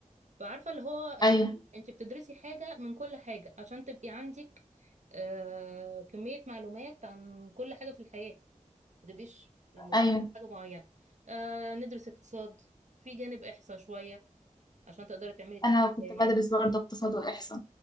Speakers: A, on the right (about 65°); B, on the left (about 30°).
A: فعارفة اللي هو علم
B: ايوه
A: انت بتدرسي حاجة من كل حاجة عشان تبقي عندك آه كمية معلومات عن كل حاجة في الحياة ما تبقيش يعني مرتبطة
B: ايوه
A: بحاجة معينة آه ندرس اقتصاد في جانب احصاء شوية عشان تقدري تعملي تحليل
B: انا كنت
A: بيانات
B: بدرس برضه اقتصاد واحصاء